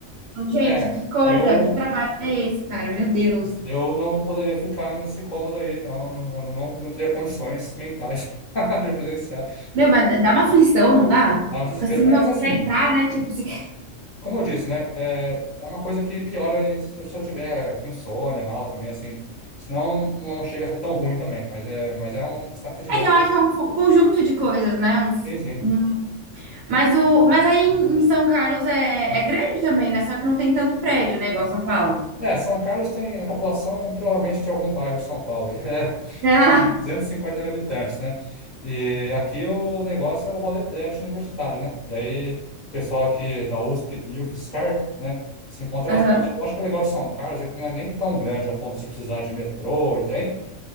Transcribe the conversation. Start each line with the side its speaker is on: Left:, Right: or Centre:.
Right: Então, Gente,
Left: É,
Right: que coisa,
Left: eu,
Right: que trabalho é esse, cara? Meu Deus.
Left: eu não poderia ficar nesse cômodo aí, não, não, não, não teria condições mentais <laughs> de presenciar.
Right: Meu, mas dá uma aflição, não dá?
Left: Dá um desespero.
Right: Fica assim, meu,
Left: É, mas
Right: você
Left: assim.
Right: quer entrar, né? Tipo, você quer...
Left: Como eu disse, né? É, é uma coisa que piora se eu se tiver com insônia, mal também, assim. Senão não chega a ser tão ruim também, mas é, mas é um sentimento.
Right: É que eu acho que é um co- conjunto de coisas, né? Um,
Left: Sim, sim.
Right: um- Mas, o... Mas aí em em São Carlos é... é grande também, né? Só que não tem tanto prédio, né? Igual São Paulo.
Left: É, São Carlos tem a população provavelmente de algum bairro de São Paulo, aí. <laughs> é
Right: <laughs>
Left: duzentos
Right: Ah,
Left: e cinquenta mil habitantes, né? E aqui o negócio é o rolê trash universitário, né? Daí o pessoal aqui da USP e UFSCar, né? Se encontra
Right: aham,
Left: bastante. Eu acho que o legal de São Carlos é que não é nem tão grande a ponto de você precisar de metrô e trem.